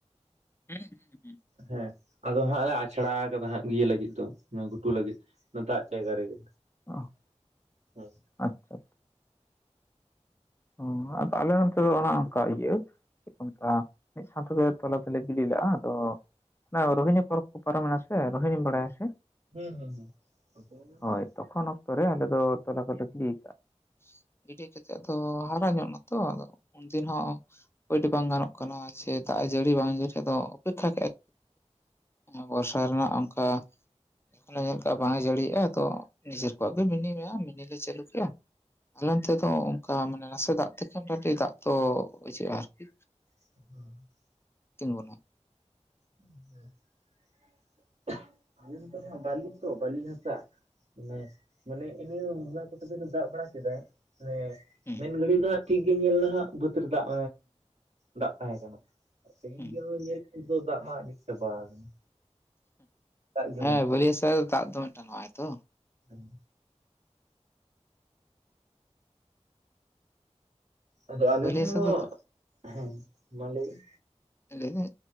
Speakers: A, on the left (about 20°); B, on the right (about 70°).
A: ᱦᱩᱸ ᱦᱩᱸ ᱦᱩᱸ
B: ᱦᱮᱸ ᱟᱫᱚ ᱦᱟᱸᱜ ᱞᱮ ᱟᱪᱷᱲᱟ ᱠᱟᱫᱟ ᱦᱟᱸᱜ ᱤᱭᱟᱹ ᱞᱟᱹᱜᱤᱫ ᱫᱚ ᱚᱱᱟ ᱜᱷᱩᱴᱩ ᱞᱟᱹᱜᱤᱫ ᱚᱱᱟ ᱫᱟᱜ ᱡᱟᱭᱜᱟ ᱨᱮᱜᱮ
A: ᱚ
B: ᱦᱩᱸ
A: ᱟᱪᱪᱷᱟ ᱦᱚᱸ ᱟᱫᱚ ᱟᱞᱮ ᱱᱚᱛᱮ ᱫᱚ ᱚᱱᱮ ᱚᱱᱠᱟ ᱤᱭᱟᱹ ᱪᱮᱫ ᱠᱚ ᱢᱮᱛᱟᱜ-ᱟ ᱢᱤᱫ ᱥᱟᱶᱛᱮ ᱜᱮ ᱛᱚᱞᱟ ᱫᱚᱞᱮ ᱜᱤᱰᱤ ᱞᱮᱫ-ᱟ ᱟᱫᱚ ᱚᱱᱟ ᱨᱳᱦᱤᱱᱤ ᱯᱚᱨᱚᱵᱽ ᱠᱚ ᱯᱟᱨᱚᱢᱮᱱᱟ ᱥᱮ ᱨᱳᱦᱤᱱᱤᱢ ᱵᱟᱲᱟᱭᱟ ᱥᱮ
B: ᱦᱩᱸ ᱦᱩᱸ ᱦᱩᱸ
A: ᱦᱳᱭ ᱛᱚᱠᱷᱚᱱ ᱚᱠᱛᱚ ᱨᱮ ᱟᱞᱮ ᱫᱚ ᱛᱚᱞᱟ ᱠᱚᱞᱮ ᱜᱤᱰᱤ ᱠᱟᱜ-ᱟ ᱜᱤᱰᱤ ᱠᱟᱛᱮ ᱟᱫᱚ ᱛᱚ ᱦᱟᱨᱟ ᱧᱚᱜ ᱮᱱᱟᱛᱚ ᱟᱫᱚ ᱩᱱᱫᱤᱱ ᱦᱚᱸ ᱳᱭᱮᱴ ᱵᱟᱝ ᱜᱟᱱᱚᱜ ᱠᱟᱱᱟ ᱡᱮ ᱫᱟᱜ ᱡᱟᱹᱲᱤ ᱵᱟᱝ ᱡᱟᱹᱲᱤ ᱟᱫᱚ ᱚᱯᱮᱠᱷᱟ ᱮ ᱵᱚᱨᱥᱟ ᱨᱮᱱᱟᱜ ᱚᱱᱠᱟ ᱮᱠᱷᱚᱱᱮ ᱧᱮᱞ ᱠᱟᱜ ᱵᱟᱝ ᱮ ᱡᱟᱹᱲᱤᱭᱟᱜ-ᱟ ᱛᱚ ᱱᱤᱡᱮᱨ ᱠᱚᱣᱟᱜ ᱫᱚ ᱢᱤᱱᱤ ᱢᱮᱱᱟᱜ-ᱟ ᱢᱤᱱᱤ ᱞᱮ ᱪᱟᱹᱞᱩ ᱠᱮᱜ-ᱟ ᱟᱞᱮ ᱚᱱᱛᱮ ᱫᱚ ᱚᱱᱠᱟ ᱢᱟᱱᱮ ᱱᱟᱥᱮ ᱫᱟᱜ ᱛᱮᱜᱮ ᱢᱚᱴᱟ ᱢᱩᱴᱤ ᱫᱟᱜ ᱫᱚ ᱤᱭᱟᱹ ᱟ ᱟᱨᱠᱤ
B: ᱦᱚᱭ
A: ᱛᱤᱸᱜᱩᱱᱟ
B: <unintelligible> ᱟᱞᱮ ᱱᱚᱛᱮ ᱨᱮᱦᱚᱸ ᱵᱟᱞᱤᱛᱚ ᱵᱟᱞᱤ ᱦᱟᱥᱟ᱾ ᱢᱟᱱᱮ ᱢᱟᱱᱮ ᱤᱱᱟ ᱱᱚᱣᱟ ᱠᱚᱛᱮ ᱫᱚ ᱫᱟᱜ ᱵᱟᱲᱟ ᱠᱮᱫᱟᱭ ᱢᱟᱱᱮ
A: ᱦᱩᱸ
B: ᱢᱮᱱ ᱜᱷᱟᱹᱲᱤ ᱫᱚ ᱦᱟᱸᱜ ᱴᱷᱤᱠ ᱜᱮ ᱧᱮᱞᱮᱱᱟ ᱦᱟᱸᱜ ᱵᱟᱹᱫᱽ ᱨᱮ ᱫᱟᱜ ᱫᱟᱜ ᱛᱟᱦᱮᱸ ᱠᱟᱱᱟ ᱛᱮᱦᱮᱧ
A: ᱦᱩᱸ
B: ᱜᱮ ᱱᱚᱜ-ᱚᱭ ᱧᱮᱞ ᱫᱚ ᱫᱟᱜ ᱢᱟ ᱟᱸᱡᱮᱫ ᱪᱟᱵᱟ ᱟᱠᱟᱱᱟ᱾ ᱫᱟᱜ ᱜᱮ
A: ᱦᱮᱸ
B: ᱵᱟᱹᱱᱩᱜᱼᱟ
A: ᱵᱟᱞᱤ ᱦᱟᱥᱟ ᱨᱮ ᱫᱟᱜ ᱫᱚᱢᱮ ᱴᱟᱱᱚᱜᱟᱭ ᱛᱚ
B: ᱦᱮᱸ ᱟᱫᱚ ᱟᱞᱮ
A: ᱵᱟᱹᱞᱤ
B: ᱦᱚᱸ
A: ᱦᱟᱥᱟ ᱫᱚ
B: ᱦᱮᱸ ᱢᱟ ᱞᱟᱹᱭᱵᱮᱱ
A: ᱞᱟᱹᱭᱫᱟᱹᱧ